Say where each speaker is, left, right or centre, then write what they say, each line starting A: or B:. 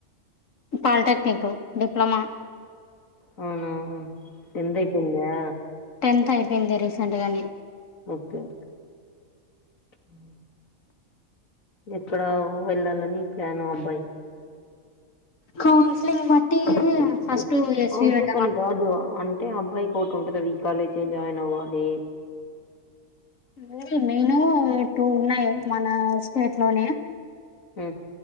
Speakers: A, on the left; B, on the left.
A: పాలిటెక్నిక్ డిప్లమా
B: అవునా టెన్త్ అయిపోయిందా
A: టెన్త్ అయిపోయింది రీసెంట్గానే
B: ఓకే ఓకే ఉ ఎక్కడ వెళ్ళాలని ప్లాను అబ్బాయి
A: కౌన్స్లింగ్ బట్టి ఫస్ట్ ఎస్వి
B: కౌన్సిలింగ్
A: పెట్టామను
B: అని కాదు అంటే అబ్బాయి ఒకటి ఉంటది ఆది కాలేజీ జాయిన్ అవ్వాలి
A: లేదు నేను టూ ఉన్నాయి మన స్టేట్ లోనే
B: ఉ